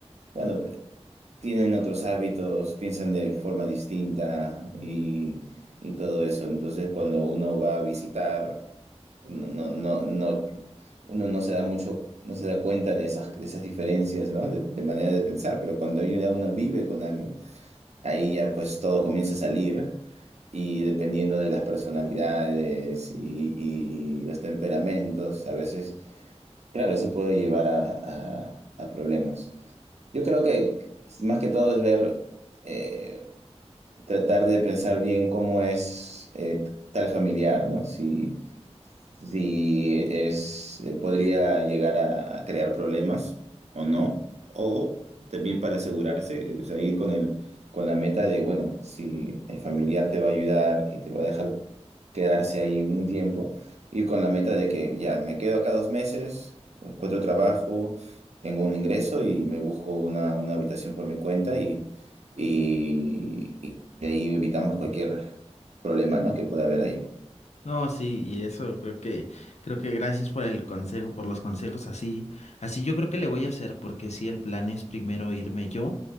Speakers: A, on the right (about 75°); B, on the left (about 75°).
A: bueno, tienen otros hábitos, piensan de forma distinta y, y todo eso. Entonces, cuando uno va a visitar, no, no, no, no- uno no se da mucho, no se da cuenta de esas, de esas diferencias, ¿no? De, de manera de pensar. Pero cuando ya uno vive con alguien, ahí ya pues todo comienza a salir. Y dependiendo de las personalidades y, y los temperamentos, a veces Claro, eso puede llevar a, a- a problemas. Yo creo que más que todo es ver, eh, tratar de pensar bien cómo es eh, tal familiar, ¿no? Si, si es, eh, podría llegar a, a crear problemas o no, o también para asegurarse, o sea, ir con el, con la meta de, bueno, si el familiar te va a ayudar y te va a dejar quedarse ahí un tiempo, ir con la meta de que ya, me quedo acá dos meses, encuentro trabajo, tengo un ingreso y me busco una, una habitación por mi cuenta y, y, y de ahí evitamos cualquier problema, ¿no? que pueda haber ahí.
B: No, sí, y eso creo que, creo que gracias por el consejo, por los consejos así. Así yo creo que le voy a hacer, porque sí, el plan es primero irme yo,